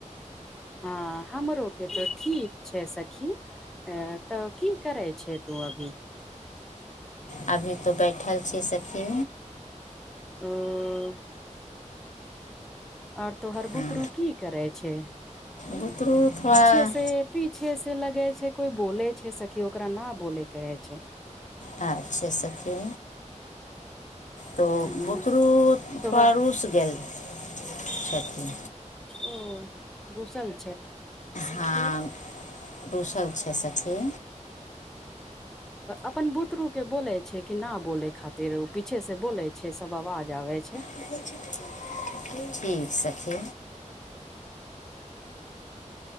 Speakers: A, in the centre; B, on the left.
A: हँ हमरोक तो ठीक छै सखी तऽ की करै छै तू अभी
B: अभी तो बैठल छी सखी
A: ह आओर तोहर
B: हँ
A: बुतरू की करे छै
B: बुतरू थोड़ा
A: पीछे से पीछे से लगे छै कोई बोले छै सखि ओकरा न बोलेकेे छै
B: अच्छा सखी तऽ
A: हूँ
B: बुतरू तथोड़ा
A: तोहर
B: रुस गेलल सची
A: ओ रुशल
B: हँ रूसल छै सखी
A: अपन बुतरूके बोलै छै कि ना बोलै खातिर ओ पीछेसँ बोलै छै सब आवाज आबै छै
B: <unintelligible> ठीक सखी